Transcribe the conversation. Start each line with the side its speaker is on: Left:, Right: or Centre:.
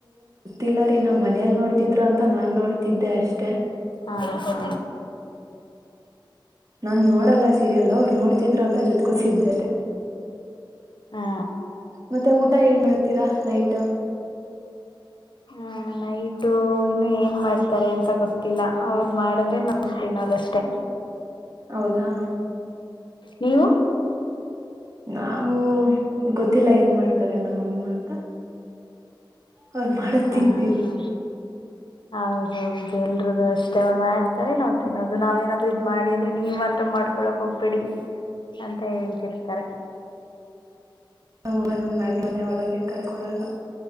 Right: ಇಲ್ಲ ರೀ ನಮ್ಮ ಮನೇಲಿ ನೋಡ್ತಿದ್ರು ಅಂತ ನಾನ್ ನೋಡ್ ತಿದ್ದೆ ಅಷ್ಟೇ
Left: ಹಾ ಹ
Right: ನಾನ್ ನೋಡಲ್ಲ ಸೀರಿಯಲ್ ಅವ್ರು ನೋಡ್ತಿದ್ರು ಅಂತ ಜೊತೆ ಕುಸಿದ್ದೆ ಅಷ್ಟೆ
Left: ಹಾ
Right: ಮತ್ತೆ ಊಟ ಏನ್ ಮಾಡ್ತೀರಾ ನೈಟ್
Left: ಹಾ ನೈಟು ಇನ್ನು ಏನ್ ಮಾಡ್ತಿ ತಾರೆ ಅಂತ ಗೊತ್ತಿಲ್ಲ ಅವರು ಮಾಡಿದ್ರೆ ನಾನ್ ತಿನ್ನೋದ್ ಅಷ್ಟೇ
Right: ಹೌದಾ
Left: ನೀವು
Right: ನಾವು ಗೊತ್ತಿಲ್ಲ ಏನ್ ಮಾಡ್ತಾರೆ ನಮ್ಮಅಮ್ಮ ಅಂತ ಅವ್ರು ಮಾಡದ್
Left: ಹಾ
Right: ತಿಂತೀವಿ
Left: ಹಾ ಹೌದ ಹೌದು ಎಲ್ರುಗೂ ಅಷ್ಟ ಅವರ್ ಮಾ ತರೆ ನಾವು ತಿನೋದು ನಾವ್ ಏನಾದ್ರೂ ಇದ್ ಮಾಡಿ ಅಂದ್ರೆ ನೀವ್ ಮಾತ್ರ ಮಾಡ್ಕೊಳಕ್ ಹೋಗ್ಬೇಡಿ ಅಂತ ಹೇಳ್ತಿರ್ತಾರೆ
Right: ನಮ್ಮ ಅವ್ವ ನನ್ನ ಅಡಿಗೆ ಮನೆ ಒಳಗೆ ಕರ್ಕೊಳಲ್ಲ